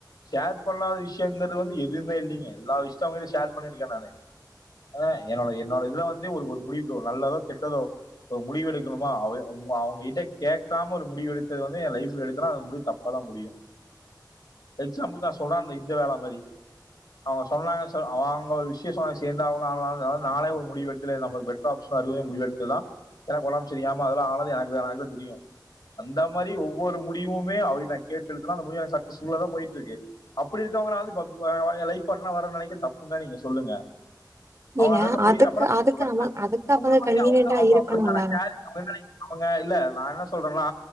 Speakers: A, on the left; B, on the right.
A: ஷேர் பண்ணாத விஷயங்கிறது வந்து எதுவுமே இல்லிங்க எல்லா விஷ்த்தயு அவங்கிட்ட ஷேர் பண்ணிருக்கே நானு ஆ என்னோட என்னோட இதுல வந்து ஒரு ஒரு முடிவுக் நல்லதோ கெட்டதோ ப்ப முடிவு எடுக்கணுமா அவ உங்க அவங்க கிட்ட கேட்காம ஒரு முடிவு எடுத்தது வந்து எ லைஃப்ல எடுத்தனா அந்த முடிவு தப்பாதா முடியு எக்ஸாம்புள்க்கு நா சொல்ற அந்த இந்த வேல மாரி அவுங்க சொன்னாங்க சொ அவங்க ஒரு விஷயோ சொன்ன சேந்தா <unintelligible> நானே ஒரு முடிவு எடுத்துல இது நம்மளுக்கு பெட்ரு ஆப்ஷனா இருக் முடிவு எடுத்ததுதா எனக்கு உடம்பு சரியாம அதுல ஆனது எனக்கு எனக்கு தா தெரியு அந்த மாரி ஒவ்வொரு முடிவுமே அவகிட்ட நா கேட்டு எடுத்தனா அந்த முடிவு எனக்கு சக்சஸ்ஃபுல்லாதா போய்ட்டு இருக்கு அப்டி இரு க்கவுங்கல ப ஏ லைஃப் பாட்னரா வர நெனைக்க தப்புனா நீங்க சொல்லுங்க அவுங்க
B: ஏங்க
A: அந் எடத்துல பொய்
B: அதுக்கு
A: அப்பலா <unintelligible>
B: அதுக்கு அவ அதுக்கு
A: அவங்களு
B: அவங்க
A: வந்த
B: கன்வீனியன்டா
A: <unintelligible> அவுங்க அவங்க
B: இருக்கணும்லங்க
A: அவுங்களுக்கான கேரிங் அவுங்கதான அவுங்க இல்ல நா என்ன சொல்றன்னா